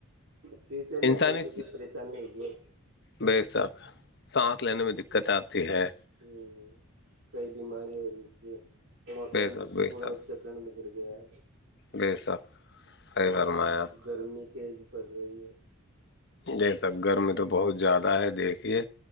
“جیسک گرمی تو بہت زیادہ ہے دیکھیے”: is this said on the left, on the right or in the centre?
Left